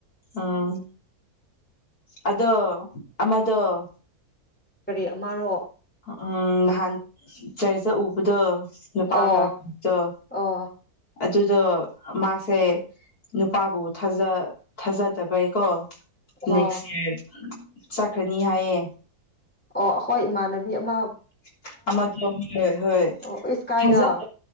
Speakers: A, on the left (about 70°); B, in the centre.
A: ꯎꯝ ꯑꯗꯣ ꯑꯃꯗ
B: ꯀꯔꯤ ꯑꯃꯔꯣ
A: ꯎꯝ ꯅꯍꯥꯟ ꯆꯔꯖ ꯎꯕꯗꯣ ꯄꯥꯒꯠꯇ
B: ꯑꯣ ꯑꯣ
A: ꯑꯗꯨꯗꯣ ꯃꯥꯁꯦ ꯅꯨꯄꯥꯕꯨꯖ ꯊꯥꯖꯗꯕꯩꯀꯣ
B: ꯑꯣ
A: ꯅꯦꯛꯌꯦꯑꯥꯔ ꯆꯠꯈ꯭ꯔꯅꯤ ꯍꯥꯏꯌꯦ
B: ꯑꯣ ꯍꯣꯏ ꯏꯃꯥꯟ ꯑ ꯃꯥ
A: <unintelligible> ꯗꯨ ꯍꯣꯏ ꯍꯣꯏ
B: ꯑꯣ ꯏꯁ ꯀꯥꯏꯗ
A: ꯊꯖ ꯇ